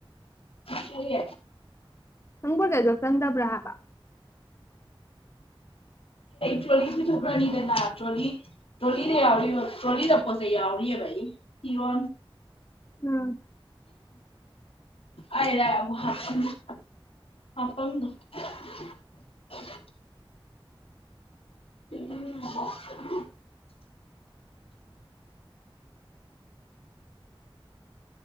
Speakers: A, on the left; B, on the left.
A: ꯁꯔꯤ
B: ꯍꯪꯕꯨꯗꯦꯗꯣ ꯆꯟꯕ꯭ꯔ ꯍꯥꯕ
A: ꯇ꯭ꯔꯣꯂꯤꯁꯨ ꯊ꯭ꯔꯥꯅꯤꯗ ꯇ꯭ꯔꯣꯂꯤ ꯇ꯭ꯔꯣꯂꯤꯗ ꯌꯥꯎꯔꯤ ꯇ꯭ꯔꯣꯂꯤꯗ ꯄꯣ ꯆꯩ ꯌꯥꯎꯔꯤ ꯀꯤꯔ
B: ꯎꯝ
A: ꯑꯗ ꯑꯄ <unintelligible> <unintelligible>